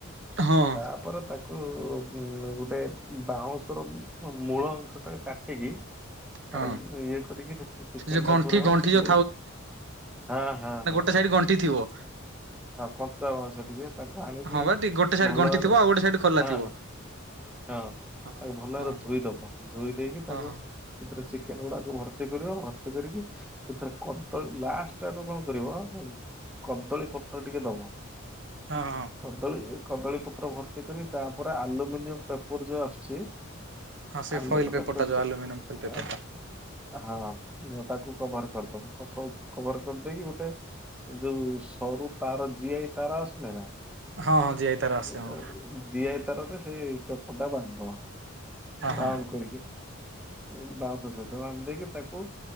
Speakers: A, on the right (about 60°); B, in the centre.
A: ହଁ
B: ତା ପରେ ତାକୁ ଉଁ, ଗୁଟେ ଉଁ, ବାଉଁଶ ର ମୂଳ ଅଂଶ ଟା କାଟିକି <inaudible>
A: ହଁ
B: ତାର ଇଏ କରିକି ସେଥିରେ ଚିକେନ୍
A: ସେ ଯୋଉ ଗଣ୍ଠି
B: ଟା ପୁରାହବ,
A: ଗଣ୍ଠି
B: ପୁରେଇ
A: ଯୋଉ
B: ହଁ, ହଁ, ହଁ
A: ତ ସେଇଠି ଗଣ୍ଠି ଥିବ।
B: <inaudible> ଆଉ କଞ୍ଚା ବାଉଁଶ ଟିକେ ତାକୁ ଆଣିକି
A: ହଁ ବା ଟିକେ ଗୋଟେ ସାଇଡ
B: ଭଲରେ
A: ଗଣ୍ଠି ଥିବ ଆଉ ଗୋଟେ ସାଇଡ ଖୋଲା
B: ହଁ,
A: ଥିବ
B: ହଁ ହଁ
A: ହଁ
B: ତାକୁ ଭଲ ଭାବରେ
A: ହଁ
B: ଧୋଇଦବ। ଧୋଇ ଦେଇକି ତାକୁ
A: ହଁ ହଁ
B: ସେଥିରେ ଚିକେନ୍ ଗୁଡାକୁ ଭର୍ତ୍ତି କରିବ, ଭର୍ତ୍ତି କରିକି ସେଥିରେ କଦଳୀ ଲାଷ୍ଟ ଆଡକୁ କଣ କରିବ କଦଳୀ ପତ୍ ତ ଟିକେ ଦବ
A: ହଁ ହଁ
B: କଦଳୀ ଏ କଦଳୀ ପତ୍ର ଭର୍ତ୍ତି କରି, ତାପରେ ଆଲୁମିନିୟମ ପେପର୍ ଯୋ ଆସୁଛି।
A: ହଁ ସେ
B: ଆଲୁମିନୟମ୍
A: ଫଏଲ ପେପରଟା
B: ପେପ
A: ଯୋଉ ଆଲୁମିନିୟମ ଫଏଲ ପେପରଟା
B: ଆ ହଁ ମୁଁ ତାକୁ କଭର୍ କରଦବୁ। କଫ- କଭର କରିଦେଇକି ଗୁଟେ ଏ ଯୋଉ ସରୁ ତାର ଜିଆଇ ତାର ଆସୁନି ନା?
A: ହଁ ହଁ ଜିଆଇ ତାର ଆସେ
B: ଅ,
A: ହଁ
B: ଜିଆଇ ତାରରେ ସେ ପେପର୍ ଟା ବାନ୍ଧଦବା,
A: ହଁ ହଁ
B: ରାଉଣ୍ଡ କରିକି। ଏ ବାଉଁଶ ସହିତ ବାନ୍ଧ ଦେଇକି ତାକୁ